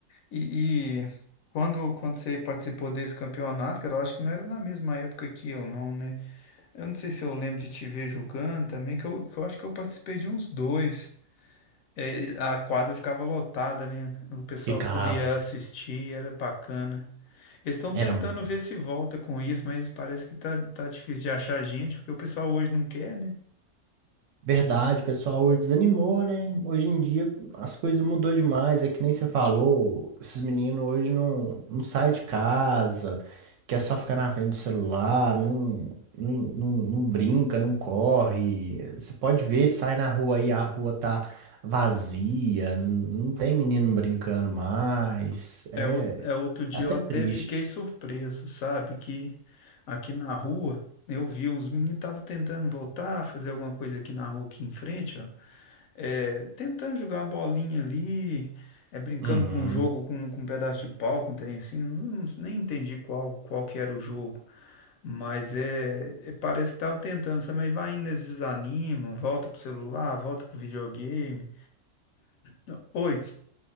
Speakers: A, on the left (about 75°); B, on the right (about 70°).
A: E, e quando, quando você participou desse campeonato, cara, eu acho que não era na mesma época que eu, não, né? Eu não sei se eu lembro de te ver jogando também, que eu, que eu acho que eu participei de uns dois. É, a quadra ficava lotada, né? O pessoal
B: ficava.
A: tudo ia assistir, era bacana. Eles estão tentando
B: Era muito.
A: ver se volta com isso, mas parece que tá, tá difícil de achar gente, porque o pessoal hoje não quer, né?
B: Verdade, o pessoal desanimou, né? Hoje em dia as coisas mudou demais, é que nem você falou, esses meninos hoje não, não saem de casa, quer só ficar na frente do celular, não, não, não, não brinca, não corre. Você pode ver, sai na rua aí, a rua tá vazia, não, não tem menino brincando mais, é,
A: É, ou- é outro dia
B: é até
A: eu até
B: triste.
A: fiquei surpreso, sabe? Que aqui na rua eu vi uns meninos estavam tentando voltar, fazer alguma coisa aqui na rua aqui em frente, ó. é, tentando jogar uma bolinha ali, é, brincando
B: Uhum.
A: com um jogo, com, com um pedaço de pau, com um trencinho, não- não- nem entendi qual, qual que era o jogo, mas é, é, parece que estavam tentando, sabe? Mas vai indo, eles desanimam, volta pro celular, volta pro videogame. Não, Oi,